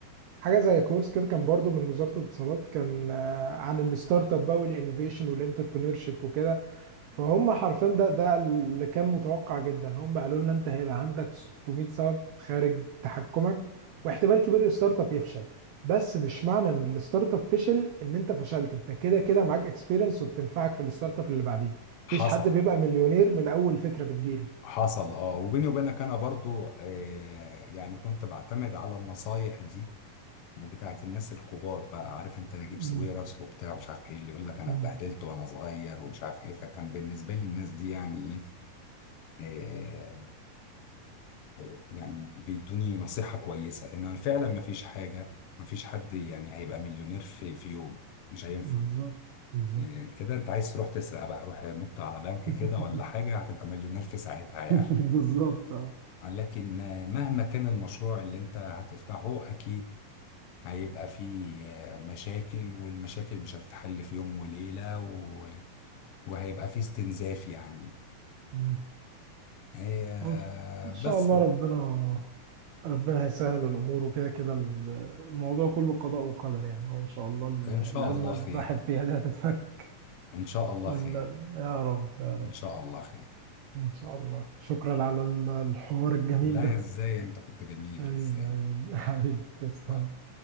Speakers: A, on the right; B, on the left.
A: حاجه زي كورس كده كان برضو من وزاره الاتصالات كان آه، عن الستارت اب بقى والانوفيشن والانتربرينور شيب وكده فهم حرفيا ده ده اللي كان متوقع جدا هم قالوا لنا انت هيبقى عندك 600 سبب خارج تحكمك واحتمال كبير الستارت اب يفشل بس مش معنى ان الستارت اب فشل ان انت فشلت انت كده كده معاك اكسبيرينس وبتنفعك في الستارت اب اللي بعديه مفيش
B: حصل
A: حد بيبقى مليونير من اول فكره بتجيله
B: حصل اه وبيني وبينك أنا برضو آه، يعني كنت بعتمد على النصايح دي بتاعت الناس الكبار بقى عارف انت نجيب
A: مم.
B: ساويرس وبتاع مش عارف ايه اللي يقول لك انا
A: مم.
B: اتبهدلت وانا صغير ومش عارف ايه فكان بالنسبه لي الناس دي يعني ايه آه، آه، يعني بيدوني نصيحه كويسه ان فعلا ما فيش حاجه ما فيش حد يعني هيبقى مليونير في في يوم مش هينفع
A: بالظبط بالظبط
B: إيه كده انت عايز تروح تسرق بقى روح نط على بنك
A: <laughs>
B: كده ولا حاجة هتبقى مليونير في ساعتها يعني
A: <laughs> بالظبط
B: لكن آه، مهما كان المشروع اللي انت هتفتحه اكيد هيبقى فيه آه، مشاكل والمشاكل مش هتتحل في يوم وليلة و... وهيبقى فيه استنزاف يعني
A: اه
B: آه،
A: إن إن شاء
B: بس
A: الله ربنا ربنا هيسهل الأمور وكده كده ال- الموضوع كله قضاء وقدر يعني هو إن شاء الله ال-
B: ان
A: الأزمة
B: شاء الله
A: اللي
B: خير
A: الواحد فيها دي هتتفك
B: ان شاء الله
A: ولا
B: خير
A: يا رب يا رب
B: ان شاء الله خير
A: إن شاء الله شكرا على ال- الحوار الجميل
B: لا
A: ده
B: ازاي انت كنت جميل
A: أي
B: ازاي
A: أي <laughs> حبيبي تسلم
B: باي.